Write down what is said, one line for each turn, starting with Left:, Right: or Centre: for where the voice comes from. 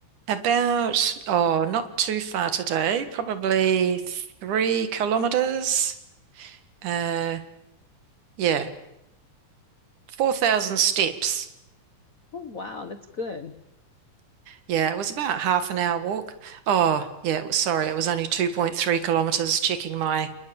Right: about, oh, not too far today, probably three kilometers. Uh, yeah, 4,000 steps.
Left: Oh, wow, that's good.
Right: Yeah, it was about half an hour walk. Oh, yeah, it was, sorry, it was only 2.3 kilometers checking my